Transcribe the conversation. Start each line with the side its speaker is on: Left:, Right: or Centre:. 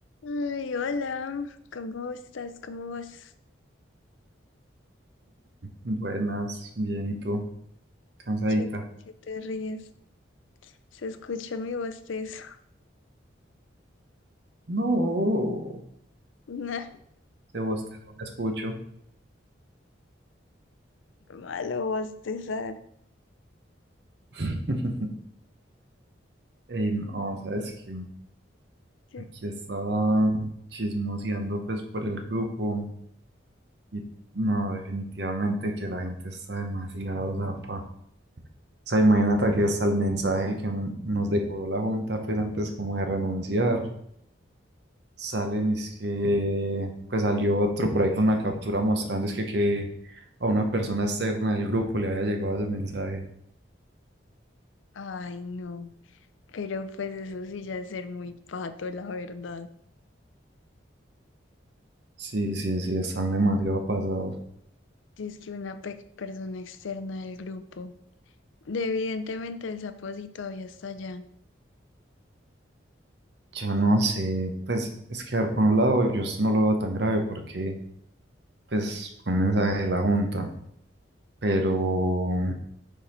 Left: Ay, hola, ¿cómo estás? ¿Cómo vas?
Right: Buenas, bien, ¿y tú? ¿Cansadita?
Left: Che, ¿por qué te ríes? Se escucha mi bostezo.
Right: No,
Left: <laughs> Nah,
Right: ese bostezo me escucho.
Left: malo bostezar.
Right: <laughs> Ey, no, ¿sabes qué?
Left: Che.
Right: Aquí estaba chismoseando pues por el grupo y no, definitivamente que la gente está demasiado zapa. O sea, imagínate aquí hasta el mensaje que nos dejó la junta pues antes como de renunciar. Salen y es que pues salió otro por ahí con una captura mostrando es que, que a una persona externa del grupo le había llegado ese mensaje.
Left: Ay, no. Pero pues eso sí ya es ser muy pato, la verdad.
Right: Sí, sí, sí, están demasiado pasados.
Left: Si Es que una pe- persona externa del grupo. De- evidentemente el sapo sí todavía está allá.
Right: Yo no sé, pues es que a ver, por un lado yo esto no lo veo tan grave porque pues fue un mensaje de la junta, pero